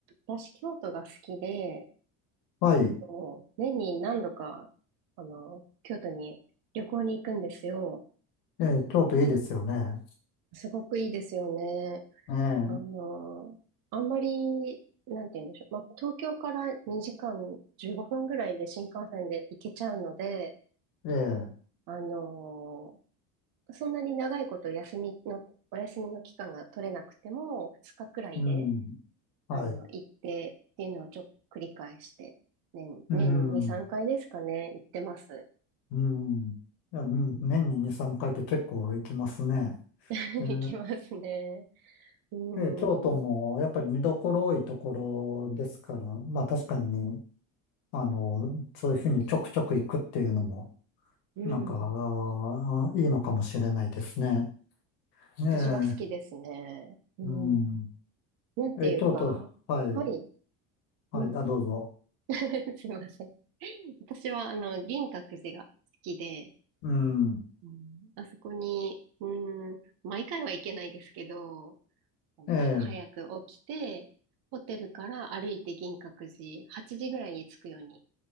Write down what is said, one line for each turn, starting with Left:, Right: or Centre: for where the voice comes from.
Right: 私、京都が好きで、
Left: はい。
Right: と年に何度か、あの、京都に旅行に行くんですよ。
Left: ええ、京都いいですよね。
Right: すごくいいですよね。
Left: え
Right: あの、あんまり、なんて言うんでしょう。まあ、東京から2時間15分ぐらいで新幹線で行けちゃうので、
Left: え、ええ、
Right: あの、そんなに長いこと休みの、お休みの期間が取れなくても、2日くらいで、
Left: うん。はい。
Right: あの、行ってっていうのをちょっと繰り返して、年、
Left: うん、
Right: 年に2、3回ですかね、行ってます。
Left: うん。いや、うん、
Right: うん
Left: 年に2、3回って結構行きますね。
Right: <laughs> 行きますね。
Left: ええ、
Right: うん。
Left: で、京都もやっぱり見どころ多いところですから、まあ確かに、あの、そういうふうにちょくちょく行くっていうのも、
Right: うん。
Left: なんか、あーいいのかもしれないですね。ええ、
Right: 私は好きですね。うん。
Left: うん。
Right: なんていうか、
Left: え、京都、はい、
Right: はい。
Left: はい、
Right: うん。
Left: あ、どうぞ。
Right: <laughs> すいません。私は、あの、銀閣寺が好きで、
Left: うん。
Right: うん、あそこに、うん、毎回は行けないですけど、あの朝早く起きて、
Left: ええ、
Right: ホテルから歩いて銀閣寺、8時ぐらいに着くように、